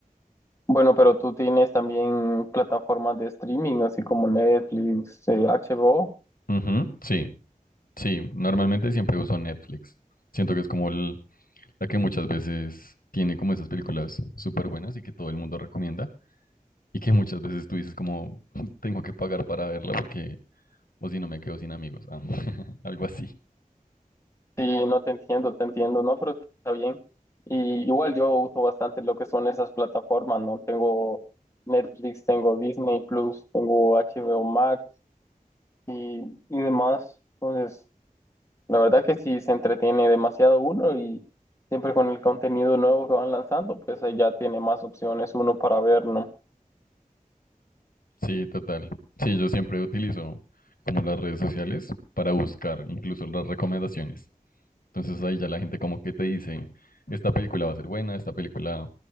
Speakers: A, on the left; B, on the left.
A: bueno, pero tú tienes también plataformas de streaming, así como Netflix, eh, HBO.
B: Ujú, sí, Sí, normalmente siempre uso Netflix. Siento que es como el- la que muchas veces tiene como esas películas súper buenas y que todo el mundo recomienda y que muchas veces tú dices como <laughs> tengo que pagar para verla porque o si no me quedo sin amigos. Ah, <laughs> algo así.
A: Sí, no te entiendo, te entiendo, ¿no? Pero está bien. Y igual yo uso bastante lo que son esas plataformas, ¿no? Tengo Netflix, tengo Disney Plus, tengo HBO Max. y, y demás. Entonces, la verdad que sí se entretiene demasiado uno y siempre con el contenido nuevo que van lanzando, pues ahí ya tiene más opciones uno para ver, ¿no?
B: Sí, total. Sí, yo siempre utilizo como las redes sociales para buscar incluso las recomendaciones. Entonces ahí ya la gente como que te dice, esta película va a ser buena, esta película